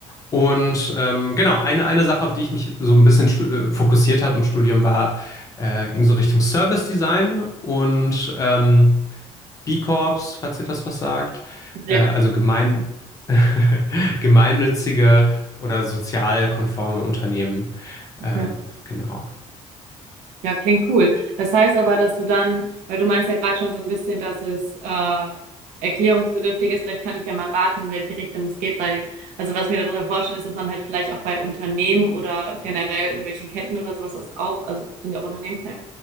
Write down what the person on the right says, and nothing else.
Ja,
okay.
Ja, klingt cool. Das heißt aber, dass du dann, weil du meinst ja gerade schon so ein bisschen, dass es äh, erklärungsbedürftig ist, vielleicht kann ich ja mal raten, in welche Richtung es geht, weil, also was ich mir darunter vorstelle, ist, dass man halt vielleicht auch bei Unternehmen oder generell irgendwelchen Ketten oder sowas das auch, also sind ja auch Unternehmen, ja,